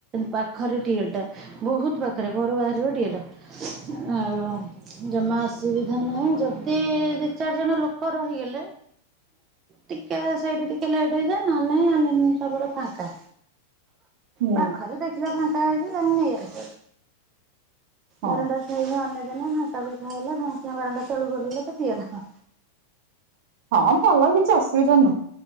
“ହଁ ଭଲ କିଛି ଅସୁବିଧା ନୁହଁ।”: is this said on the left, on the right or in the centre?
Right